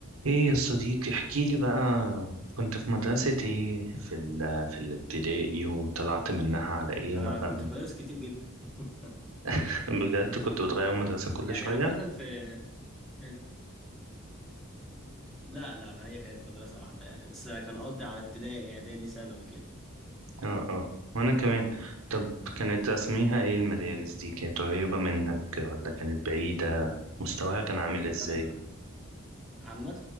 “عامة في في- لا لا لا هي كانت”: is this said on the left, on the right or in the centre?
Centre